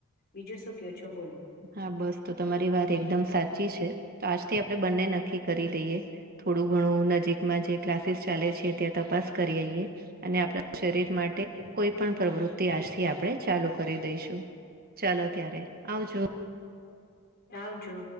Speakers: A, on the left (about 45°); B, on the right (about 40°).
A: બીજું શું કયો છો બોલું.
B: હા બસ તો તમારી વાત એકદમ સાચી છે તો આજથી આપડે બંને નક્કી કરી લઈએ. થોડું ઘણું નજીકમાં જે ક્લાસીસ ચાલે છે ત્યાં તપાસ કરી આઈએ. અને આપણા શરીર માટે કોઈ પણ પ્રવૃત્તિ આજથી આપણે ચાલુ કરી દઈશું. ચાલો ત્યારે આવજો.
A: આવજો.